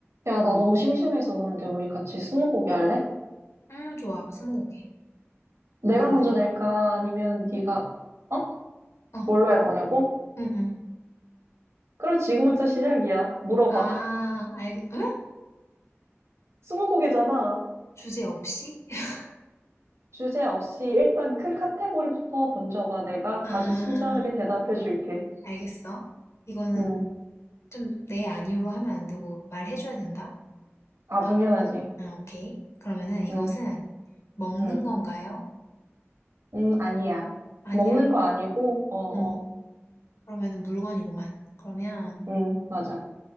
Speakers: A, on the right; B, on the left.
A: 야, 나 너무 심심해서 그런데 우리 같이 스무고개 할래?
B: 음, 좋아. 스무고개.
A: 내가
B: 뭘로?
A: 먼저 낼까? 아니면 네가 어?
B: 어,
A: 뭘로 할 거냐고?
B: 응, 응.
A: 그럼 지금부터 시작이야. 물어봐.
B: 아,
A: <laughs>
B: 알겠, 응?
A: 스무고개잖아.
B: 주제 없이? <laughs>
A: 주제 없이 일단 큰 카테고리부터 던져봐. 내가
B: 아,
A: 아주 친절하게 대답해 줄게.
B: 알겠어. 이거는
A: 음.
B: 좀 내 아니오로 하면 안 되고 말해줘야 된다?
A: 아, 당연하지.
B: 응, 오케이. 그러면은 이것은
A: 음.
B: 먹는
A: 음.
B: 건가요?
A: 음, 아니야.
B: 아니야?
A: 먹는 거 아니고, 어, 어.
B: 응, 그러면은 물건이구만. 그러면
A: 음, 맞아.